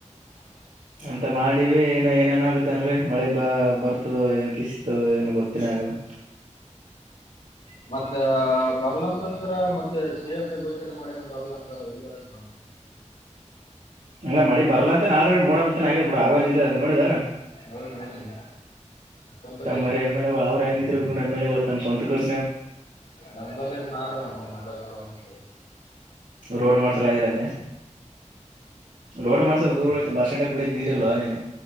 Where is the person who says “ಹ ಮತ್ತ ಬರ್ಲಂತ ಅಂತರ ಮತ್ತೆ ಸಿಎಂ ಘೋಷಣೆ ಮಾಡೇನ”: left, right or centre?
Left